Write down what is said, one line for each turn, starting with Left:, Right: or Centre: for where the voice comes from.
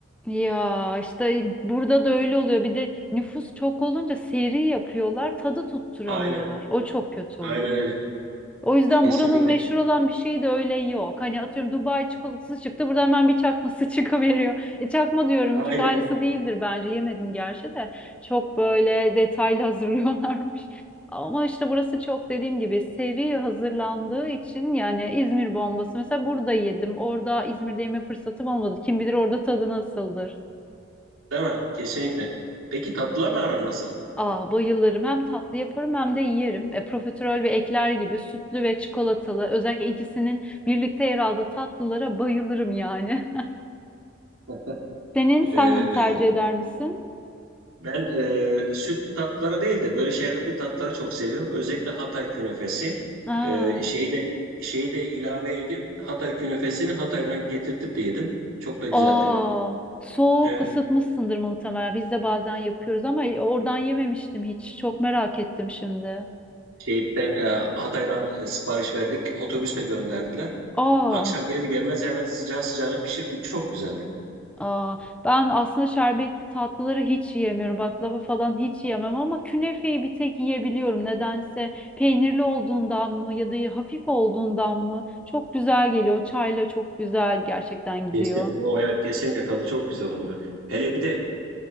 Centre: Ya işte burada da öyle oluyor. Bir de nüfus çok olunca seri yapıyorlar, tadı tutturamıyorlar.
Right: Aynen,
Centre: O çok kötü oluyor.
Right: aynen öyle.
Centre: O yüzden
Right: Kesinlikle.
Centre: buranın meşhur olan bir şeyi de öyle yok. Hani atıyorum Dubai çikolatası çıktı. Burada hemen bir çakması <laughs> çıkıveriyor. E, çakma diyorum
Right: Aynen.
Centre: çünkü aynısı değildir bence. Yemedim gerçi de. Çok böyle detaylı <laughs> hazırlıyorlarmış. Ama işte burası çok dediğim gibi seri hazırlandığı için yani İzmir bombası mesela burada yedim. Orada İzmir'de yeme fırsatım olmadı. Kim bilir orada tadı nasıldır.
Right: Değil mi? Kesinlikle. Peki tatlılarla aran nasıl?
Centre: Aa, bayılırım. Hem tatlı yaparım hem de yerim. E, profiterol ve ekler gibi sütlü ve çikolatalı özellikle ikisinin birlikte yer aldığı tatlılara bayılırım yani.
Right: <laughs>
Centre: <laughs> Senin
Right: Ee,
Centre: sen tercih eder misin?
Right: ben e, sütlü tatları değil de böyle şerbetli tatları çok seviyorum. Özellikle Hatay künefesi.
Centre: Aa,
Right: Ee, şeyi de şeyi de ilave yedim. Hatay künefesini Hatay'dan getirtip de yedim. Çok da güzeldi.
Centre: aa, soğuk
Right: Evet.
Centre: ısıtmışsındır muhtemelen. Biz de bazen yapıyoruz ama oradan yememiştim hiç. Çok merak ettim şimdi.
Right: Şeyden e, Hatay'dan e, sipariş verdik. Otobüsle gönderdiler.
Centre: Aa.
Right: Akşam gelir gelmez hemen sıcağı sıcağına pişirdik. Çok güzeldi.
Centre: Aa, ben aslında şerbetli tatlıları hiç yiyemiyorum. Baklava falan hiç yiyemem ama künefeyi bir tek yiyebiliyorum. Nedense peynirli olduğundan mı ya da hafif olduğundan mı çok güzel geliyor. Çayla çok güzel gerçekten gidiyor.
Right: Kesin, o evet kesinlikle tadı çok güzel olur. Hele bir de